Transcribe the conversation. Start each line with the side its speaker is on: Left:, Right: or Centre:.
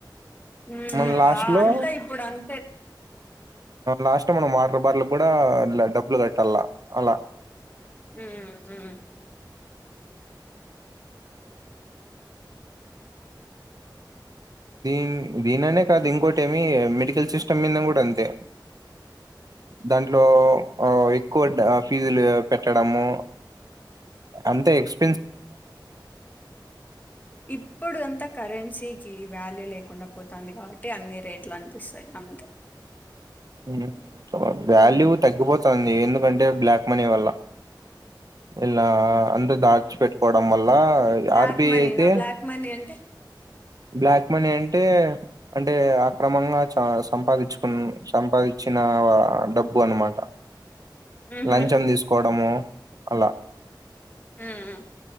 Left: ఉ
Right: మన లాస్ట్
Left: వా
Right: లో
Left: అంతా ఇప్పుడు అంత
Right: లాస్ట్ మనం వాటర్ బార్టల్ కూడా డబ్బులు కట్టాలలా అలా
Left: ఉ ఉ
Right: దీని దీనినే కాదు ఇంకోటి ఏమి మెడికల్ సిస్టమ్ మీద కూడా అంతే దాంట్లో ఎక్కువ ఫీజులు పెట్టడము అంతా ఎక్స్
Left: ఇప్పుడు అంతా కరెం సీకి వాల్యూ లేకుండా పోతుంది కాబట్టి అన్ని రేట్లు అనిపిస్తాయి అంతే.
Right: ఉమ్ వాల్యూ
Left: మ్మ్
Right: తగ్గిపోతుంది ఎందుకంటే బ్లాక్ మనీ వల్ల. ఇలా అందరు దాచి పెట్టుకోవడం వల్ల
Left: బ్లాక్
Right: ఆర్బి
Left: మనీనా
Right: అయితే.
Left: బ్లాక్ మనీ అంటే
Right: బ్లాక్ మనీ అంటే అంటే అక్రమంగా స సంపాదించుకున్ సంపాదించు. వచ్చిన డబ్బు అనమాట.
Left: మ్మ్
Right: లంచం
Left: హ్మ్
Right: తీసుకోవడము అలా.
Left: ఉమ్.